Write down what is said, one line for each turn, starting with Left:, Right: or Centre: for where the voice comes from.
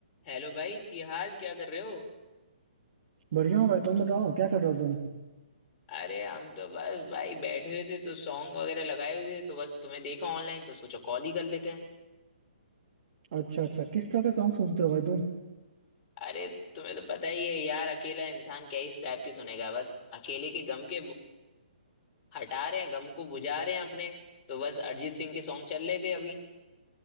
Left: Hello भाई की हाल क्या कर रहे हो
Right: बढ़िया हो भाई तुम बताओ क्या कर रहे हो तुम
Left: अरे हम तो बस भाई बैठे हुए थे तो सॉन्ग वगैरह लगाए हुए थे तो बस तुम्हें देखा ऑनलाइन तो सोचा कॉल ही कर लेते हैं
Right: अच्छा अच्छा किस तरह का सॉन्ग सुनते हो भाई तुम
Left: अरे तुम्हें तो पता ही है यार अकेला इंसान क्या इस टाइप की सुनेगा बस अकेले के गम के बु- हटा रहे हैं गम को बुझा रहे हैं अपने तो बस अरिजीत सिंह के सॉन्ग चल रहे थे अभी